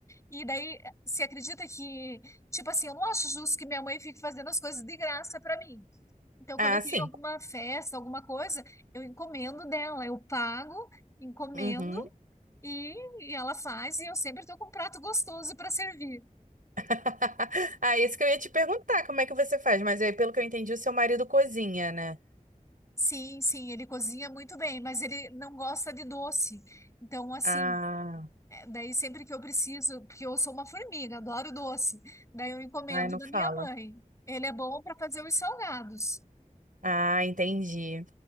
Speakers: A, on the left; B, on the right.
A: e daí se acredita que, tipo assim, eu não acho justo que minha mãe fique fazendo as coisas de graça pra mim. Então,
B: Ah,
A: quando eu
B: sim.
A: tenho alguma festa, alguma coisa, eu encomendo dela, eu pago, encomendo.
B: Uhum.
A: E, e ela faz, e eu sempre estou com um prato gostoso para servir.
B: <laughs> Ah, isso que eu ia te perguntar, como é que você faz? Mas aí, pelo que eu entendi, o seu marido cozinha, né?
A: Sim, sim, ele cozinha muito bem, mas ele não gosta de doce. Então, assim,
B: Ah,
A: é, daí sempre que eu preciso, porque eu sou uma formiga, adoro doce, daí eu encomendo
B: ai, não
A: da
B: fala.
A: minha mãe. Ele é bom para fazer os salgados.
B: Ah, entendi.